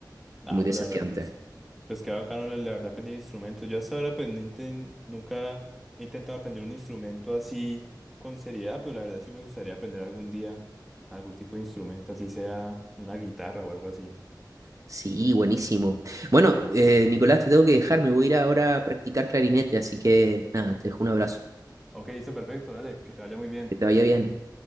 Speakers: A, in the centre; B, on the right.
A: Ah,
B: Muy desafiante.
A: pues la verdad, pues, pues qué bacano, la la verdad, aprender instrumentos. Yo hasta ahora, pues, no inten- nunca he intentado aprender un instrumento así con seriedad, pero la verdad sí me gustaría aprender algún día algún tipo de instrumento, así sea una guitarra o algo así.
B: Sí, buenísimo. Bueno, eh, Nicolás, te tengo que dejar, me voy a ir ahora a practicar clarinete, así que nada, te dejo un abrazo.
A: Ok, listo, perfecto, dale, que te vaya muy bien.
B: Que te vaya bien.